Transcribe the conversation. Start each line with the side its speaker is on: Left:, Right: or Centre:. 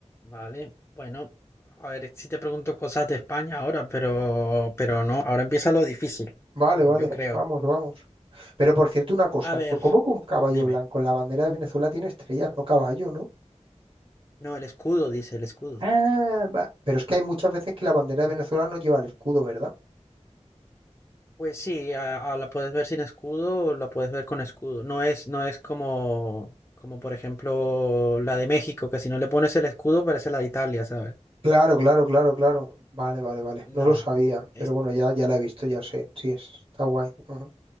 Left: Vale, bueno, a ver si te pregunto cosas de España ahora, pero, pero no, ahora empieza lo difícil,
Right: Vale, vale,
Left: mm, yo creo.
Right: vamos, vamos. Pero por cierto, una cosa,
Left: A ver,
Right: ¿tú cómo con caballo
Left: dime.
Right: blanco? La bandera de Venezuela tiene estrellas, no caballo, ¿no?
Left: No, el escudo, dice el escudo.
Right: Ah, va- Pero es que hay muchas veces que la bandera de Venezuela no lleva el escudo, ¿verdad?
Left: Pues sí, a- a la puedes ver sin escudo o la puedes ver con escudo. No es, no es como, como por ejemplo la de México, que si no le pones el escudo parece la de Italia, ¿sabes?
Right: Claro, claro, claro, claro. Vale, vale, vale.
Left: No.
Right: No lo sabía,
Left: es-
Right: pero bueno, ya, ya la he visto, ya sé. Sí, es- está guay. Ajá.